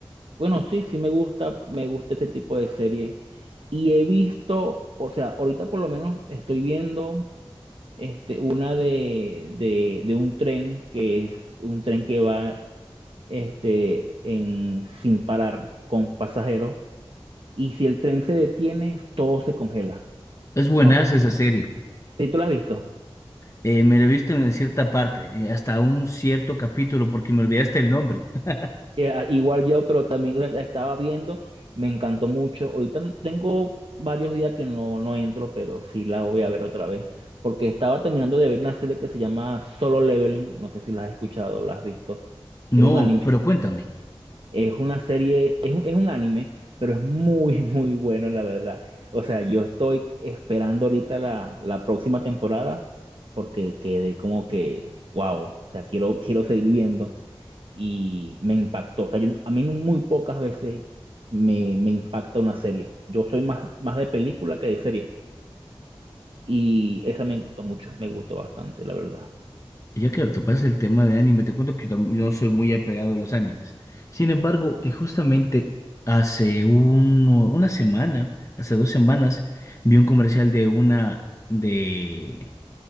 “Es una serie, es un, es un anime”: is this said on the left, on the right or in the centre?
Right